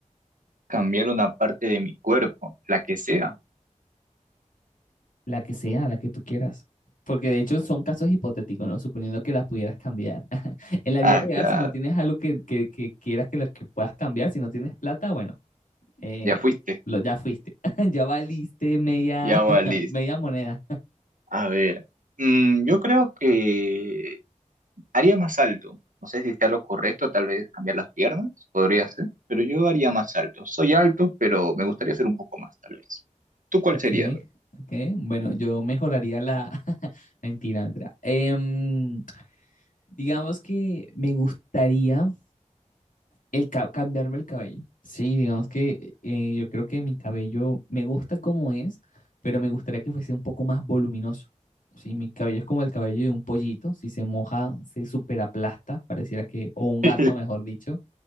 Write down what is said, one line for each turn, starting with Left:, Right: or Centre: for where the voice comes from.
Right: Cambiar una parte de mi cuerpo, la que sea.
Left: La que sea, la que tú quieras. Porque de hecho son casos hipotéticos, ¿no? Suponiendo que la pudieras cambiar. <laughs> En la vida
Right: Ah,
Left: real,
Right: claro,
Left: si no tienes algo que, que, que quieras que, la, que puedas cambiar, si no tienes plata, bueno. Eh,
Right: ya fuiste,
Left: lo, ya fuiste, <laughs> ya valiste media,
Right: ya valiste.
Left: <laughs> media moneda.
Right: A ver, mm, yo creo que haría más alto. No sé si sea lo correcto, tal vez cambiar las piernas, podría ser, pero yo haría más alto. Soy alto, pero me gustaría ser un poco más, tal vez. ¿Tú cuál
Left: Ok,
Right: sería? A ver,
Left: ok. Bueno, yo mejoraría la... <laughs> Mentira, mentira. Em, digamos que me gustaría el ca- cambiarme el cabello. Sí, digamos que eh, yo creo que mi cabello me gusta como es, pero me gustaría que fuese un poco más voluminoso. Sí, mi cabello es como el cabello de un pollito. Si se moja, se superaplasta, pareciera que... O un gato,
Right: <laughs>
Left: mejor dicho.